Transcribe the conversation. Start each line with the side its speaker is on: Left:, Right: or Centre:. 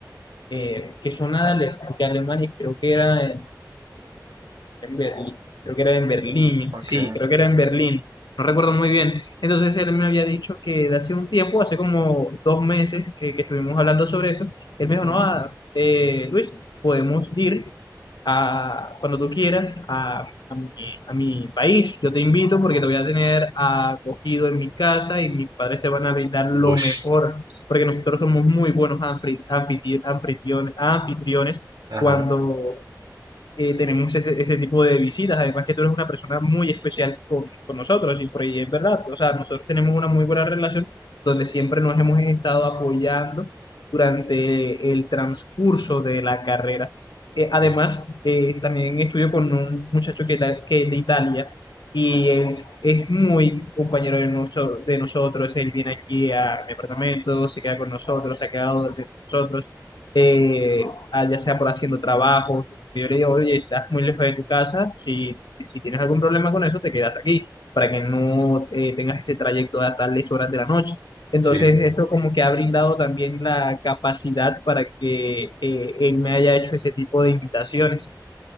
Left: eh, que son ale- de Alemania, creo que era. En Berlín, creo que era en Berlín,
Right: Ok.
Left: sí, creo que era en Berlín, no recuerdo muy bien. Entonces él me había dicho que de hace un tiempo, hace como dos meses eh, que estuvimos hablando sobre eso, él me dijo,
Right: Ujú.
Left: no, ah, eh, Luis, podemos ir a, cuando tú quieras a, a mi, a mi país, yo te invito porque te voy a tener acogido en mi casa y mis padres te van a brindar lo
Right: Ush.
Left: mejor, porque nosotros somos muy buenos anfitri- anfitri- anfitrión- anfitriones
Right: Ajá.
Left: cuando eh, tenemos ese, ese tipo de visitas. Además que tú eres una persona muy especial con, con nosotros y por ahí es verdad. O sea, nosotros tenemos una muy buena relación donde siempre nos hemos estado apoyando durante el transcurso de la carrera. Eh,
Right: Ok.
Left: además, eh, también estudio con un muchacho que, ta- que es de Italia y es, es muy compañero de, noso- de nosotros. Él viene aquí a mi apartamento, se queda con nosotros, se ha quedado con nosotros, eh, ah, ya sea por haciendo trabajo yo le digo, oye, estás muy lejos de tu casa, si, si tienes algún problema con eso, te quedas aquí, para que no eh, tengas ese trayecto a tales horas de la noche. Entonces,
Right: Sí, sí.
Left: eso como que ha brindado también la capacidad para que eh, él me haya hecho ese tipo de invitaciones.